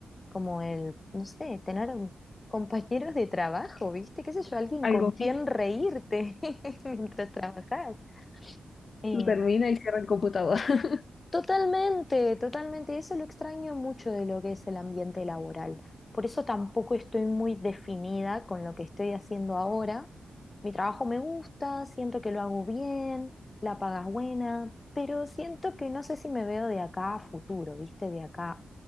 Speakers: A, on the left; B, on the left.
A: Como el, no sé, tener <laughs> un- compañeros de trabajo, ¿viste? ¿Qué sé yo? Alguien
B: Algo
A: con quien
B: físico.
A: reírte <laughs> mientras trabajas. Eh,
B: Tú termina y cierra el computador. <laughs>
A: Totalmente, totalmente. Eso lo extraño mucho de lo que es el ambiente laboral. Por eso tampoco estoy muy definida con lo que estoy haciendo ahora. Mi trabajo me gusta, siento que lo hago bien, la paga es buena, pero siento que no sé si me veo de acá a futuro, ¿viste? De acá